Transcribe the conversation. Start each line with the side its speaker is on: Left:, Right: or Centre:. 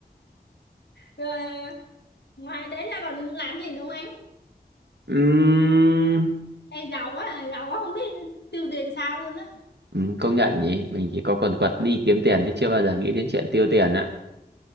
Left: rồi ngoài đấy ra còn làm gì nữa không anh
Right: Ừm,
Left: Ê, giàu quá à, giàu quá không biết tiêu tiền sao luôn á
Right: ừm, công nhận nhỉ mình chỉ có quần quật đi kiếm tiền chứ chưa bao giờ nghĩ đến chuyện tiêu tiền á